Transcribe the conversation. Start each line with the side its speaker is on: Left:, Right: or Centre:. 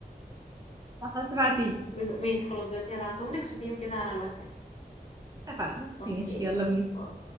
Right: <laughs> خلاص ابعتيلي
Left: بز... ماشي خلاص دلوقتي هبعتهم لك شوفيهم كده على الواتساب
Right: اتفقنا
Left: اوكي
Right: ماشي يلا بينا
Left: باي.